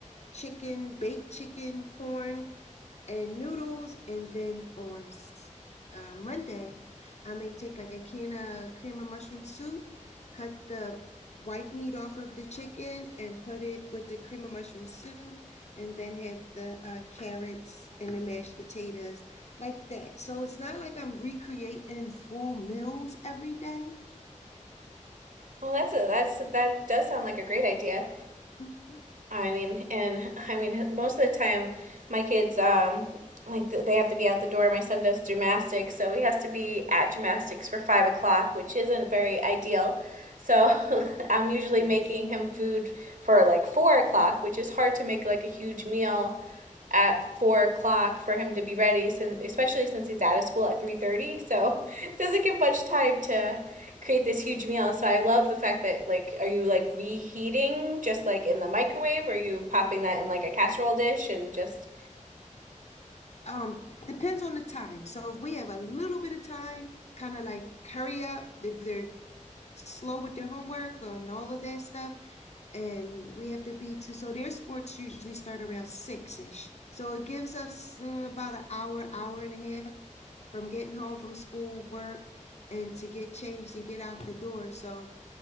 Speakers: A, on the left (about 55°); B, on the right (about 80°).
A: chicken, baked chicken, corn, and noodles. And then on uh, Monday, I may take like a can of cream of mushroom soup, cut the white meat off of the chicken, and put it with the cream of mushroom soup, and then have the uh, carrots and the mashed potatoes like that. So it's not like I'm recreating full meals every day.
B: Well, that's a that's that does sound like a great idea.
A: Mhm.
B: I mean, and I mean, most of the time, my kids, um, like th- they have to be out the door. My son does gymnastics, so he has to be at gymnastics for five o'clock, which isn't very ideal. So <laughs> I'm usually
A: Yes.
B: making him food for like four o'clock, which is hard to make like a huge meal at four o'clock for him to be ready, since especially since he's out of school at three thirty. So <laughs> it doesn't give much time to create this huge meal. So I love the fact that like, are you like reheating just like in the microwave? Or are you popping that in like a casserole dish and just?
A: um depends on the time so if we have a little bit of time kind of like hurry up if they're slow with their homework and all of that stuff and we have to be to so their sports usually start around six-ish so it gives us mm, about an hour hour and a half from getting home from school work and to get changed and get out the door so